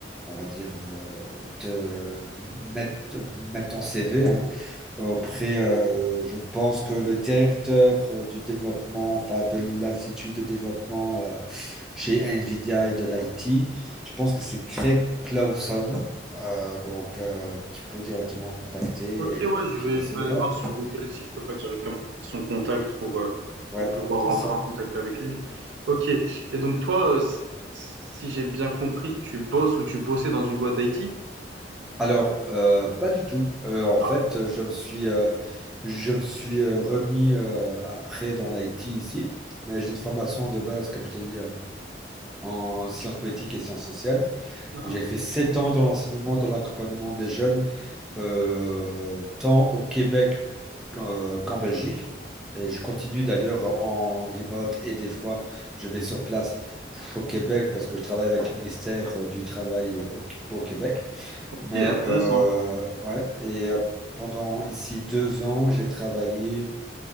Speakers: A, in the centre; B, on the right.
A: on va dire, euh, te mettre, mettre ton CV, hein, auprès, euh, je pense que le directeur euh, du développement, enfin de l'Institut de développement euh, chez NVIDIA et de l'IT, je pense que c'est Craig Clausen. Euh, donc, euh, tu peux directement le contacter
B: Ok, ouais,
A: et
B: je
A: puis
B: vais,
A: essayer,
B: je vais aller
A: voilà.
B: voir sur Google si je peux pas directement faire son contact pour, euh,
A: Ouais,
B: pour pouvoir
A: c'est
B: rentrer
A: ça.
B: en contact avec lui. Ok, et donc toi, euh, si, si j'ai bien compris, tu bosses ou tu bossais dans une boîte d'IT?
A: Alors, euh, pas du tout. Euh, en
B: Ah,
A: fait, je me suis, euh, je me suis euh, remis euh, après dans l'IT ici, mais j'ai une formation de base, comme je t'ai dit, euh, en sciences politiques et sciences sociales.
B: uh-huh.
A: J'ai fait sept ans dans l'enseignement, dans l'accompagnement des jeunes, euh, tant au Québec qu'en qu'en Belgique. Et je continue d'ailleurs en remote et des fois je vais sur place au Québec parce que je travaille avec le ministère euh, du Travail euh, au, au Québec.
B: Ok,
A: Mais
B: intéressant.
A: euh, ouais, et euh, pendant ici deux ans, j'ai travaillé